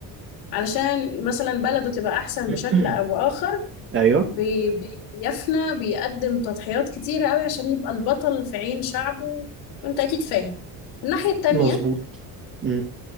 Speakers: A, on the left; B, on the right.
A: علشان مثلا بلده تبقى أحسن
B: <clears throat>
A: بشكل أو آخر
B: ايوه
A: بي- بي- بيفنى بيقدم تضحيات كتيرة قوي عشان يبقى البطل في عين شعبه وانت أكيد فاهم الناحية التانية
B: مظبوط امم